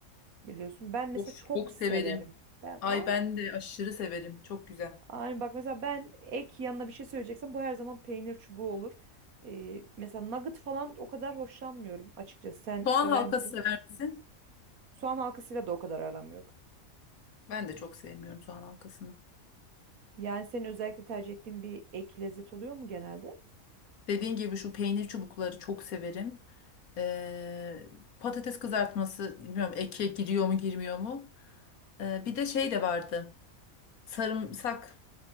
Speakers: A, on the right; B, on the left.
A: biliyorsun. Ben mesela
B: Of,
A: çok
B: çok
A: severim.
B: severim.
A: Ben
B: Ay
A: ay,
B: ben de aşırı severim çok güzel.
A: ay, bak mesela ben ek yanına bir şey söyleyeceksem bu her zaman peynir çubuğu olur. E, mesela nugget falan o kadar hoşlanmıyorum açıkçası. Sen
B: Soğan
A: sever
B: halkası
A: misin?
B: sever misin?
A: Soğan halkasıyla da o kadar aram yok.
B: Ben de çok sevmiyorum soğan halkasını.
A: Yani senin özellikle tercih ettiğin bir ek lezzet oluyor mu genelde?
B: Dediğin gibi şu peynir çubukları çok severim. Ee, patates kızartması bilmiyorum eke giriyor mu girmiyor mu? Ee, bir de şey de vardı. Sarımsak,